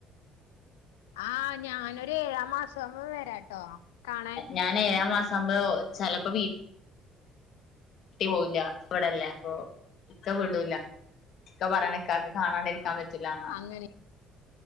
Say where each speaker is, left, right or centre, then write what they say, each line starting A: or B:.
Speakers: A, on the left; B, on the left.
A: ആഹ് ഞാനൊരു ഏഴാം മാസം ആകുമ്പം വരാട്ടോ കാണാൻ
B: ഞാൻ ഏഴാം മാസം ആവുമ്പോ ചെലപ്പോ <unintelligible> ഇവിടല്ലേ അപ്പൊ ഇക്ക വിടൂല്ല ഇക്ക പറയണ ഇക്കായ്ക്ക് കാണാണ്ടിരിക്കാൻ പറ്റില്ലാന്നാ
A: അങ്ങനെ